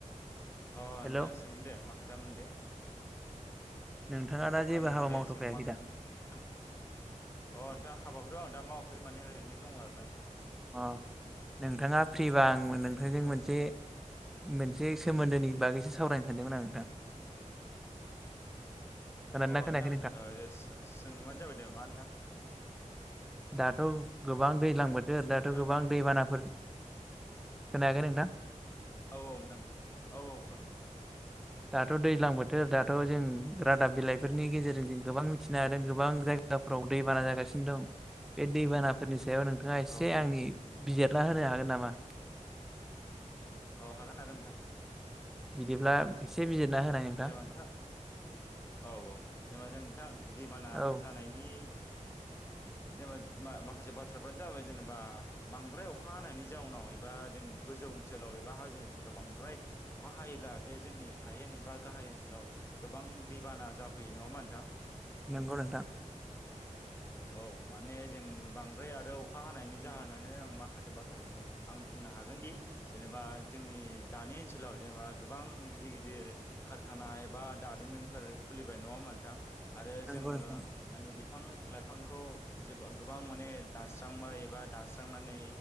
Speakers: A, on the left (about 20°); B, in the centre.
A: अ
B: हेल'
A: नोंथां सोंदोदे। मा खोथामोन बे?
B: नोंथाङा दा
A: औ खोनादों
B: जेबो
A: नोंथां
B: हाबा
A: दे
B: मावथ'खायाखै
A: सों मा खोथामोन।
B: दा
A: अ नोंथां हाबाखौथ' आं दा मावाखै माने ओरैनो दङ आरोना नोंथां।
B: अ नोंथाङा फ्रिबा आंबो नोंथांजों
A: औ नोंथां
B: मोनसे मोनसे सोमोन्दोनि बागैसो सावरायनो सानदोंमोन आं नोंथां। खोनादोंना
A: अ
B: खोनायाखै
A: नोंथां ओ दे सो-सोंबानो जाबाय दे मा नोंथां?
B: दाथ' गोबां दैज्लां बोथोर दाथ'
A: खोनादोंना
B: गोबां दैबानाफोर खोनायाखै नोंथां?
A: औ औ नोंथां औ औ खोनादों नोंथां।
B: दाथ' दैज्लां बोथोर दाथ' जों रादाब बिलाइफोरनि गेजेरजों जों गोबां मिथिनो हादों गोबां जाय गाफ्राव दैबाना जागासिनो दं बे दैबानाफोरनि सा सायाव नोंथाङा एसे
A: औ औ
B: आंनि बिजिरना होनो हागोन नामा?
A: औ हागोन हागोन नोंथां।
B: बिदिब्ला एसे बिजिरना होनाय नोंथां
A: जेनेबा नोंथा औ औ जेनेबा जों थां दैबाना
B: औ
A: जानायनि जेनेबा मा-माखासे बाथ्राफ्रानो जाबाय जेनेबा बांद्राय अखा हानायनि जाउनाव एबा जों गो जौ ओनसोलाव एबा हाजो ओनसोलाव बांद्राय अखा हायोब्ला बे जोंनि हायेन एबा गाहाय ओनसोलाव गोबां दैबाना जाफैयो। नङा होमबा नोंथां?
B: नोंगौ नोंथां।
A: औ माने जों बांद्राय आरो अखा हानायनि जाहोनानो आं माखासे बाथ्राखौ बुं आं बुं नो हागोनदि जेनेबा जोंनि दानि ओनसोलाव जेनेबा गोबां गिदिर गिदिर खारखा ना एबा दारिमिनफोर खुलिबाय। नङा होमबा नोंथां? आरो
B: नंगौ
A: जोङो
B: नोंथां
A: माने बिफां-लाइ फांखौ जोबा गोबां माने दानस्रांबाय एबा दानस्रांनानै